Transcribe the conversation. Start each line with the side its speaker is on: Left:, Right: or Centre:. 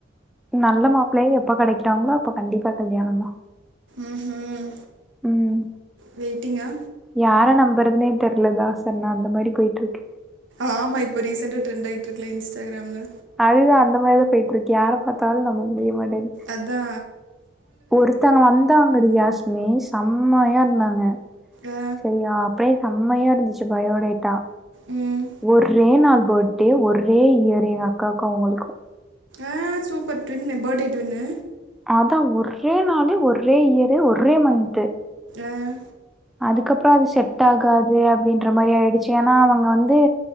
Centre: நல்ல மாப்ளையா எப்ப கெடெக்றாங்ளோ அப்ப கண்டிப்பா கல்யாணொந்தா
Right: ம்ம்
Centre: ம்
Right: வெயிட்டிங்கா
Centre: யார நம்பறதுனே தெர்ல தாசன்னா அந்த மாரி போயிட்டு இருக்கு
Right: ஆமா இப்ப ரீசெண்டா ட்ரெண்டாயிட்டு இருக்ல இன்ஸ்டாகிராம்ல
Centre: அதுதா அந்த மாரி தா போய்ட்டு இருக்கு யார பாத்தாலு நம்ம முடிய மாட்டங்கது
Right: அதா
Centre: ஒருத்தங்க வந்தாங்கடி ஹாசினி செம்மயா இருந்தாங்க
Right: அ,
Centre: சரியா அப்டியே செம்மையா இருந்துச்சு பயோடேட்டா
Right: ம்.
Centre: ஒரே நாள் பர்த்டே ஒரே இயர் எங்க அக்காவுக்கும் அவங்களுக்கும்
Right: ஆ சூப்பர் ட்வின் பர்த்டே ட்வ்ன்னு
Centre: அதா ஒரே நாள் ஒரே இயரு ஒரே மந்த்து
Right: ஆஹ்
Centre: அதுக்கப்பறம் அது செட் ஆகாது அப்டின்ற மாறி ஆயிடுச்சு ஏன்னா அவங்க வந் து